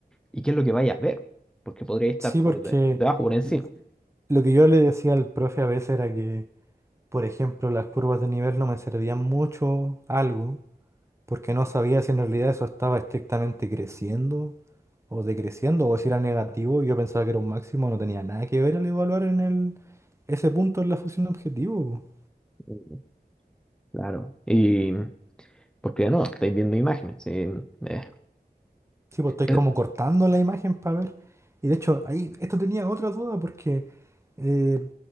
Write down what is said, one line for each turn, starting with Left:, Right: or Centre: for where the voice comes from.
Centre: y qué es lo que vayas a ver, porque podría estar
Right: Sí,
Centre: por
Right: porque
Centre: de- debajo, por encima.
Right: l- lo que yo le decía al profe a veces era que, por ejemplo, las curvas de nivel no me servían mucho algo, porque no sabía si en realidad eso estaba estrictamente creciendo o decreciendo, o si era negativo. Yo pensaba que era un máximo, no tenía nada que ver al evaluar en el, ese punto en la función de objetivo.
Centre: Mm, Claro. Y porque no, estáis viendo imágenes. sí, eh,
Right: Sí, pues estoy
Centre: eh,
Right: como cortando la imagen para ver. Y de hecho, ahí, esto tenía otra duda porque eh,